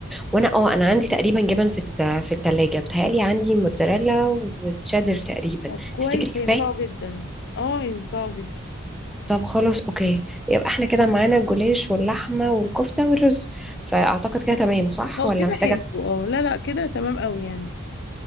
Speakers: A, in the centre; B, on the left.
A: وانا اه انا عندي تقريبا جبن في ال- في الثلاجه بتهيألي عندي موتزاريلا وتشيدر تقريبا
B: طب كويس
A: تفتكري كفايه
B: هينفعه جدا اه ينفعه جدا
A: طب خلاص اوكي يبقى احنا كده معانا الجوليش واللحمة والكفتة والرز فاعتقد كده تمام صح
B: اه
A: ولا
B: كده
A: محتاجة
B: حلو اه لا لا كده تمام قوي يعني